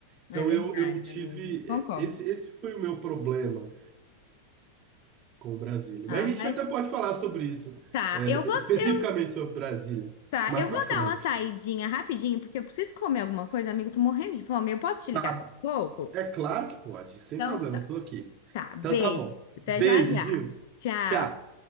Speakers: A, on the right (about 35°); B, on the left (about 50°).
A: Então,
B: é verdade,
A: eu, eu tive.
B: amigo. Concordo.
A: Esse, esse foi o meu problema com Brasília.
B: Ah,
A: Mas a gente
B: mas
A: até pode falar sobre isso,
B: tá.
A: é,
B: Eu vou,
A: especificamente
B: eu,
A: sobre Brasília,
B: tá,
A: mais
B: eu
A: para
B: vou
A: frente.
B: dar uma saidinha rapidinho, porque eu preciso comer alguma coisa, amigo. Tô morrendo de fome. Eu posso te ligar
A: Tá,
B: daqui a pouco?
A: é claro que pode, sem
B: Então
A: problema,
B: tá.
A: eu tô aqui.
B: Tá, beijo.
A: Então tá bom.
B: Até
A: Beijo,
B: já já.
A: Gil.
B: Tchau.
A: Tchau.